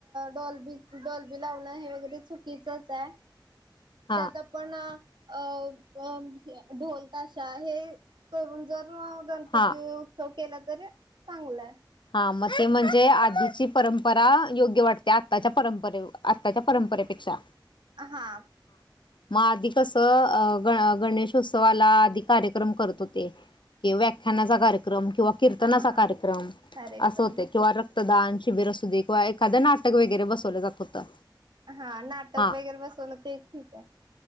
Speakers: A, on the right; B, on the left.
A: डॉल्बी डॉल्बी लावणं हे वगैरे चुकीचच आहे.
B: हां
A: त्यात आपण अ अ अं ढोल, ताशा हे करून जर अं गणपती
B: हां
A: उत्सव केलं तरी चांगलं हाय.
B: ह मग ते म्हणजे आधीची परंप परा योग्य वाटते, आत्ताच्या परंपरे आत्ताच्या परंपरे पेक्षा
A: हा.
B: मग आधी कसं ग गणेशोत्सवाला आधी कार्यक्रम करत होते. ते व्याख्यानाचा कार्यक्रम किंवा कीर्तनाचा
A: हा
B: कार्यक्रम
A: कार्यक्रम
B: असं होत किंवा रक्त दान, शिबीर असुदे किंवा एखादं नाटक वगैरे बसवलं जात. होतं.
A: हा नाटक
B: हा
A: वगैरे बसवणं ते एक ठीक आहे.